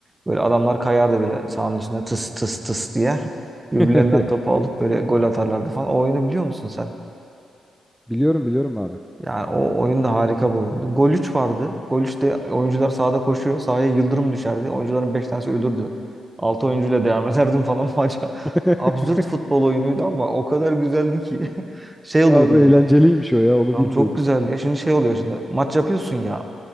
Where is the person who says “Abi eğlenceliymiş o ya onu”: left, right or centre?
Centre